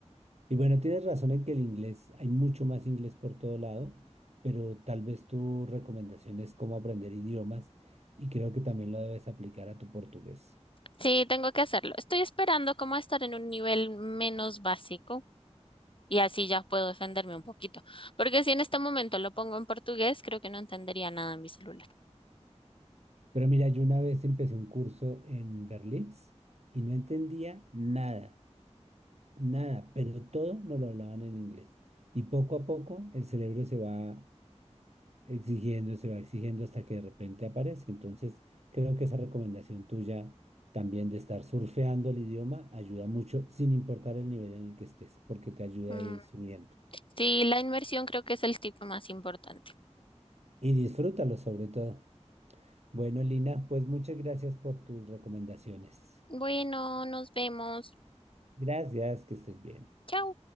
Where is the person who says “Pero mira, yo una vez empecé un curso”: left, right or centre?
Right